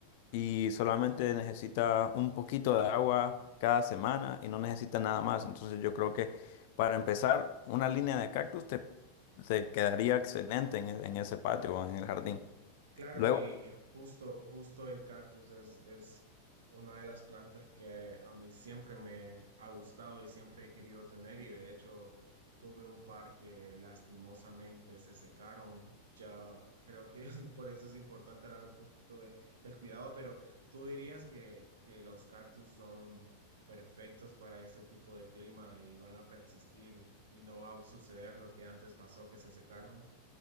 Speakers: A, on the left; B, on the right.
A: y solamente necesita un poquito de agua cada semana y no necesita nada más. Entonces yo creo que para empezar, una línea de cactus te, te quedaría excelente en, e- en ese patio o en el jardín.
B: Claro,
A: Luego
B: y y justo, justo el cactus es, es una de las plantas que a mí siempre me ha gustado y siempre he querido tener y de hecho tuve un par que lastimosamente se secaron. Ya creo que <laughs> por eso es importante hablar un poquito de, del cuidado, pero tú dirías que, que los cactus son perfectos para este tipo de clima y van a persistir y no va a suceder lo que antes pasó que se secaron.